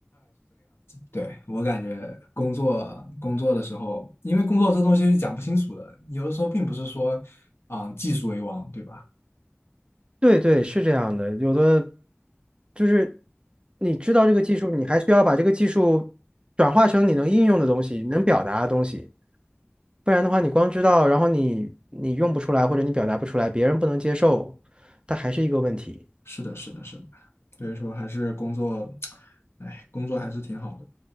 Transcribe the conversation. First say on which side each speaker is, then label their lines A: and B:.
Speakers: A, on the left; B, on the right.
A: 对，我感觉工作工作的时候，因为工作这东西是讲不清楚的，有的时候并不是说啊、技术为王，对吧？
B: 对对，是这样的。有的就是你知道这个技术，你还需要把这个技术转化成你能应用的东西，能表达的东西。不然的话，你光知道，然后你你用不出来，或者你表达不出来，别人不能接受，它还是一个问题。
A: 是的，是的，是的，所以说还是工作，哎，工作还是挺好的，